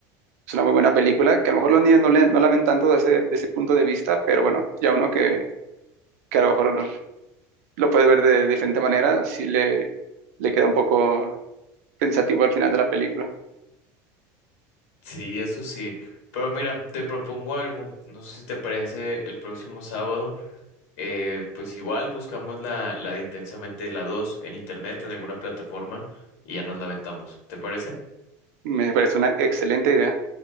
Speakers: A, on the right; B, on the left.
A: es una muy buena película, que a lo mejor los niños no, le, no la ven tanto desde, ese punto de vista, pero bueno, ya uno que, que a lo mejor lo puede ver de diferente manera, sí le, le queda un poco pensativo al final de la película.
B: Sí, eso sí. Pero mira, te propongo algo. No sé si te parece el próximo sábado. Eh, pues igual buscamos la, la de Intensamente la 2 en internet, en alguna plataforma, y ya nos lamentamos. ¿Te parece?
A: Me parece una excelente idea.